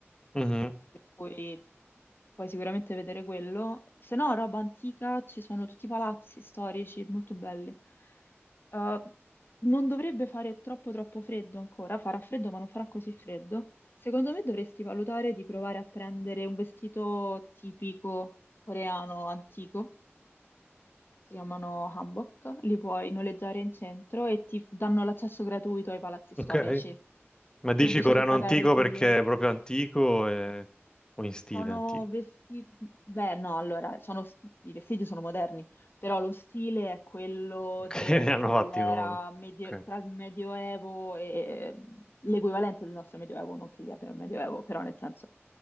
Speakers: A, on the left; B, on the left.
A: Mhm,
B: per cui puoi sicuramente vedere quello. Se no, roba antica, ci sono tutti i palazzi storici molto belli. Eh, non dovrebbe fare troppo troppo freddo ancora, farà freddo ma non farà così freddo. Secondo me dovresti valutare di provare a prendere un vestito tipico coreano antico, si chiamano hanbok, li puoi noleggiare in centro e ti danno l'accesso gratuito ai palazzi
A: Ok.
B: storici,
A: Ma
B: per
A: dici
B: cui invece
A: coreano
B: che pagare
A: antico
B: il biglietto...
A: perché è proprio antico e- o in stile
B: Sono
A: antico?
B: vestiti, beh no, allora, sono s- i vestiti sono moderni, però lo stile è quello
A: Ok,
B: dell'era
A: <laughs> ne hanno fatti non.
B: medio-
A: Ok,
B: tra il Medioevo e l'equivalente del nostro Medioevo, non che lì abbiano il Medioevo, però nel senso,